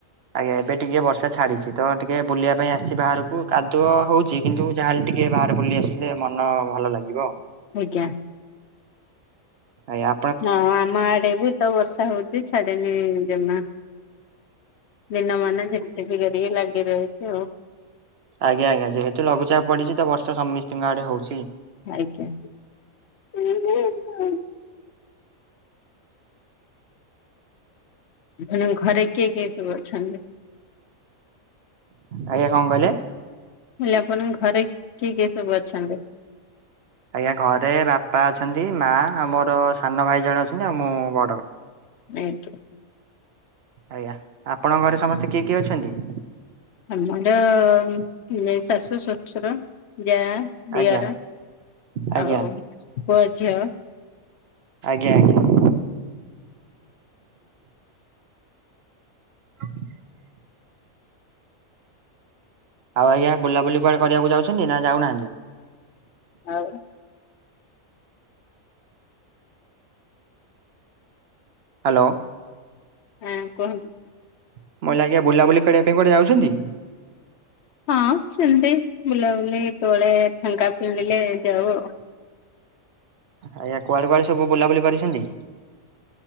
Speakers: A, on the right; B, on the left.
A: ଆଜ୍ଞା ଏବେ ଟିକେ ବର୍ଷା ଛାଡିଚି ତ ଟିକେ ବୁଲିବା ପାଇଁ ଆସିଚି ବାହାରକୁ କାଦୁଅ ହଉଚି। କିନ୍ତୁ ଯାହାହେଲେ ଟିକେ ବାହାରେ ବୁଲି ଆସିଲେ ମନ ଭଲ ଲାଗିବ।
B: ଆଜ୍ଞା।
A: ଆୟା
B: ହଁ ଆମ ଆଡ଼େ ବି ତ ବର୍ଷା ହଉଚି ଛାଡିନି ଜମା। ଦିନ ମାନେ ଝିପି ଝିପି କରିକି ଲାଗି ରହିଚି ଆଉ।
A: ଆଜ୍ଞା ଆଜ୍ଞା ଯେହେତୁ ଲଘୁଚାପ ପଡିଚି ତ ବର୍ଷା ସମିସ୍ତିଙ୍କ ଆଡେ ହଉଚି।
B: ଆଜ୍ଞା, <unintelligible> ଆପଣଙ୍କ ଘରେ କିଏ କିଏ ସବୁ ଅଛନ୍ତି?
A: ଆଜ୍ଞା କଁ କହିଲେ?
B: ହେଲେ ଆପଣଙ୍କ ଘରେ କିଏ କିିଏ ସବୁ ଅଛନ୍ତି?
A: ଆଜ୍ଞା ଘରେ ବାପା ଅଛନ୍ତି, ମା ଆ ମୋର ସାନ ଭାଇ ଜଣେ ଅଛନ୍ତି, ଆଉ ମୁଁ ବଡ।
B: ଆଜ୍ଞା।
A: ଆଜ୍ଞା ଆପଣଙ୍କ ଘରେ ସମସ୍ତେ କିଏ କିଏ ଅଛନ୍ତି?
B: ଆମର <inaudible> ଶାଶୁ ଶ ସୁର ଜାଆ ଦିଅର
A: ଆଜ୍ଞା ଆଜ୍ଞା
B: ଆଉ
A: ଆଜ୍ଞା
B: ପୁଅ ଝିଅ।
A: ଆଜ୍ଞା ଆଜ୍ଞା। ଆ <unintelligible> ଆଉ ଆଜ୍ଞା ବୁଲାବୁଲି କୁଆଡେ କରିଆକୁ ଯାଉଛନ୍ତି ନା ଯାଉନାହାନ୍ତି?
B: ଆଉ।
A: ହାଲୋ।
B: ହଁ କୁହନ୍ତୁ।
A: <unintelligible> ଆଜ୍ଞା ବୁଲାୁଲି କରିଆ ପାଇଁ କଆଡେ ଯାଉଚନ୍ତି?
B: ହଁ ସେମ୍ତି ବୁଲାବୁଲି ତଳେ ଫାଙ୍କା ଫିଣିଲେ ଯାଉ ଆଉ।
A: ଆଜ୍ଞା କୁଆଡେ-କୁଆଡେ ସବୁ ବୁଲାବୁଲି କରିଚନ୍ତି?